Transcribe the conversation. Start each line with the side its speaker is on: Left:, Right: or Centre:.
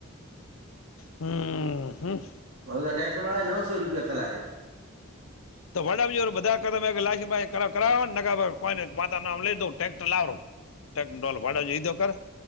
Left: હમ હમ.
Right: હઉ ટ્રેક્ટર વાળા એ નવ શો રપિયા કલાખે
Left: તો વડાજી બધા કર <unintelligible> ખલાસીભાઈ કરાવ કરાવ નકર ફર કોઈને માતા ન નામ લઈ દઉ. ટેક્ટર લાવરો ટેકટર ટોલૂ ભાડ જોઈ ઈ તો કર